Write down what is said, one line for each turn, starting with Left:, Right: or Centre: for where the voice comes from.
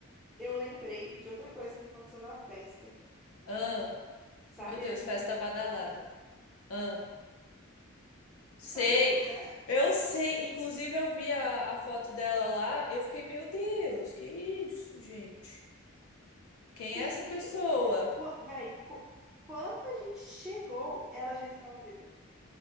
Centre: Eu lembrei de outra coisa que aconteceu na festa.
Left: Ah,
Centre: Sabe
Left: meu Deus,
Centre: a Ju?
Left: festa badalada. Ah, sei.
Centre: Você sabe a Ju, né?
Left: Eu sei. Inclusive, eu vi a, a foto dela lá. Eu fiquei, meu Deus, que isso, gente? Quem
Centre: Sim!
Left: é essa pessoa?
Centre: Qua- Véi, qu- quando a gente chegou, ela já estava bêbada.